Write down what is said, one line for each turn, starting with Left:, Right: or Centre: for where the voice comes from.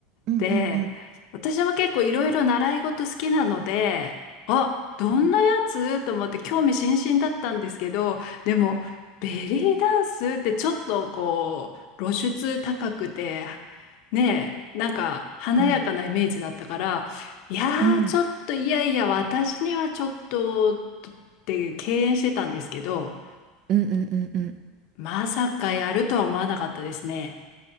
Right: うんうんうん
Left: で、私も結構いろいろ習い事好きなので、あ、どんなやつと思って興味津々だったんですけど、
Right: うん
Left: でも、ベリーダンスってちょっとこう、露出高くて、ねえ、なんか華やかなイメージだったから、
Right: うん
Left: いやー、
Right: うん
Left: ちょっといやいや、私にはちょっと、って敬遠してたんですけど、
Right: うんうんうんうん
Left: まさかやるとは思わなかったですね。